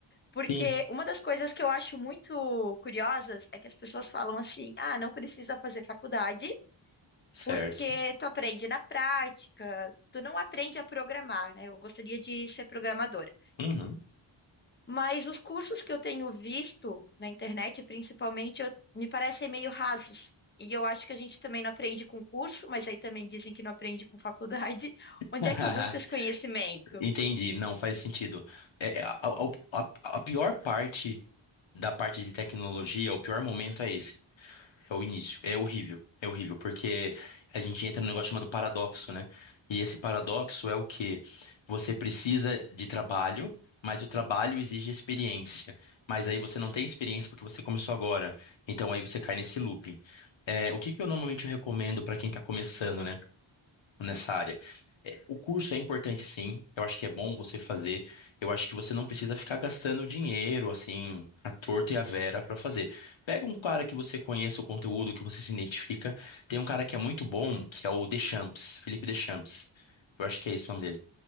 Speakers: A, on the left; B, on the left.
A: Porque
B: sim,
A: uma das coisas que eu acho muito curiosas é que as pessoas falam assim: "Ah, não precisa fazer faculdade
B: certo.
A: porque tu aprende na prática, tu não aprende a programar, né? Eu gostaria de ser programadora.
B: Uhum.
A: Mas os cursos que eu tenho visto na internet, principalmente, eu- me parecem meio rasos. E eu acho que a gente também não aprende com curso, mas aí também dizem que não aprende com faculdade. <laughs>
B: <laughs>
A: Onde é que eu busco esse conhecimento?
B: Entendi, não faz sentido. É, é, a, a- a- a pior parte da parte de tecnologia, o pior momento é esse. É o início. É horrível. É horrível, porque a gente entra num negócio chamado paradoxo, né? E esse paradoxo é o que Você precisa de trabalho, mas o trabalho exige experiência. Mas aí você não tem experiência porque você começou agora. Então aí você cai nesse looping. É, o que que eu normalmente recomendo para quem está começando, né? nessa área. É, O curso é importante, sim. Eu acho que é bom você fazer. Eu acho que você não precisa ficar gastando dinheiro, assim, à torta e à vera para fazer. Pega um cara que você conheça o conteúdo, que você se identifica. Tem um cara que é muito bom, que é o Deschamps, Felipe Deschamps. Eu acho que é esse o nome dele.